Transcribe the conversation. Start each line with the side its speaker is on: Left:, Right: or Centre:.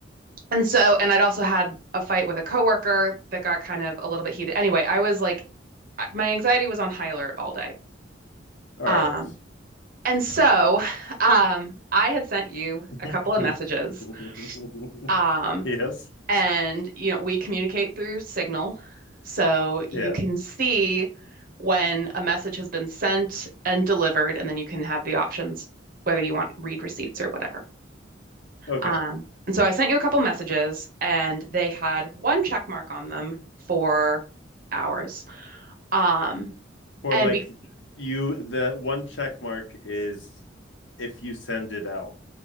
Right: and so, and I'd also had a fight with a coworker that got kind of a little bit heated. Anyway, I was like, my anxiety was on high alert all day.
Left: All
Right: Um,
Left: right.
Right: and so, <sighs> um, I had sent you
Left: <laughs>
Right: a couple of messages. Um,
Left: Yes.
Right: And, you know, we communicate through Signal. So you
Left: Yeah.
Right: can see when a message has been sent and delivered, and then you can have the options whether you want read receipts or whatever.
Left: Okay.
Right: Um, and so I sent you a couple messages, and they had one check mark on them for hours. Um,
Left: for
Right: and
Left: like
Right: be
Left: you the one check mark is if you send it out.